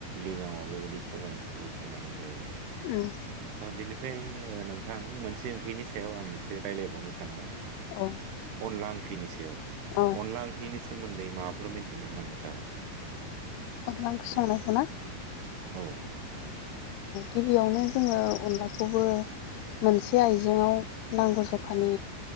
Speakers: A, on the right; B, on the left.
A: लिगाङाव बेबायदि सबाइ ओंख्रिखौ संनानै जायो आरो
B: उम
A: बेनिफ्राय नोंथां मोनसे ओंख्रिनि सायाव आं एसे रायज्लायबावनो सानबाय
B: औ
A: अनला ओंख्रिनिसै
B: औ
A: अनला ओंख्रिनि सोमोन्दै माबाफोर मिथियो नामा नोंथाङा?
B: अनला ओंख्रि संनायखौ ना?
A: औ
B: गिबियावनो जोङो अनलाखौबो मोनसे आइजेंआव नांगौ जखानि